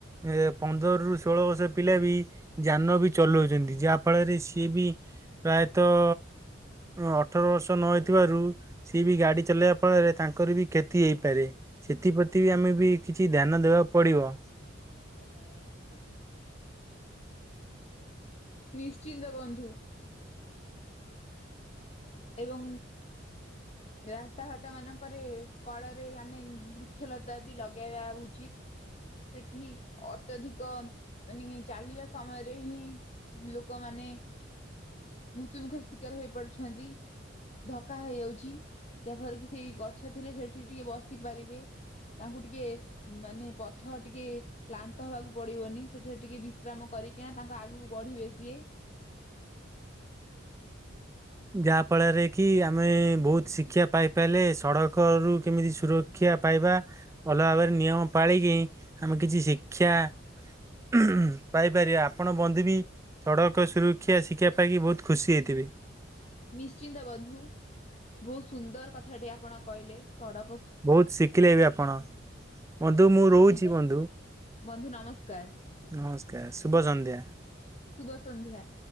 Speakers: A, on the right; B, on the left.
A: ଏ ପନ୍ଦର ରୁୁ ଷୋଳ ବର୍ଷ ପିଲା ବି ଯାନ ବି ଚଲଉଛନ୍ତି ଯାହାଫଳରେ ସିଏ ବି ପ୍ରାୟତଃ ଅଠର ବର୍ଷ ନ ହେଇଥିବାରୁ ସିଏ ବି ଗାଡି ଚଲେଇବା ଫଳରେ ତାଙ୍କର ବି କ୍ଷତି ହେଇପାରେ। ସେଥିପ୍ରତି ବି ଆମେ ବି କିଛି ଧ୍ୟାନ ଦେବା ପଡିବ।
B: <inaudible> ନିଶ୍ଚିନ୍ତ ବନ୍ଧୁ। ଏବଂ ରାସ୍ତାଘାଟ ମାନଙ୍କରେ କଳରେ ଆମେ ବୃକ୍ଷଲତା ବି ଲଗେଇବା ଉଚିତ। ସେଠି ଅତ୍ୟଧିକ ମାନେ ଚାଲିବା ସମୟରେ ହିଁ ଲୋକମାନେ ମୃତ୍ୟୁ ମୁୁଖରେ ଶିକାର ହେଇପାରୁଛନ୍ତି। ଧକ୍କା ହେଇଯାଉଛି ଯାହା ଫଳରେ କି ସେଇ ଗଛ ଥିଲେ ସେଠି ଟିକେ ବସି ପାରିବେ। ତାଙ୍କୁ ଟିକେ ମାନେ ପଥର ଟିକେ କ୍ଳାନ୍ତ ହେବାକୁ ପଡିବନି ସେଠାରେ ଟିକେ ବିଶ୍ରାମ କରିକିନା ତାଙ୍କ ଆଗକୁ ବଢିବେ ସିଏ।
A: ଯାହା ଫଳରେ କି ଆମେ ବହୁତ୍ ଶିକ୍ଷା ପାଇପାରିଲେ ସଡ଼କ ରୁ କେମିତି ସୁର ଶିକ୍ଷା ପାଇବା ଭଲ ଭାବରେ ନିୟମ ପାଳିକି ଆମେ କିଛି ଶିକ୍ଷା ଉହୁଁ ପାଇପାରିବେ ଆପଣ ବନ୍ଧୁ ବି ସଡ଼କ ସୁରକ୍ଷା ଶିକ୍ଷା ପାଇକି ବହୁତ ଖୁସି ହେଇଥିବେ।
B: ନିଶ୍ଚିନ୍ତ ବନ୍ଧୁ ବହୁତ ସୁନ୍ଦର କଥାଟି ଆପଣ କହିଲେ ସଡ଼କ
A: ବହୁତ ଶିଖିଲେ ବି ଆପଣ। ବନ୍ଧୁ ମୁଁ
B: ନିଶ୍ଚିନ୍ତ
A: ରହୁଛି ବନ୍ଧୁ
B: ବନ୍ଧୁ ନମସ୍କାର
A: ନମସ୍କାର ଶୁଭ ସନ୍ଧ୍ୟା।
B: ଶୁଭ ସନ୍ଧ୍ୟା।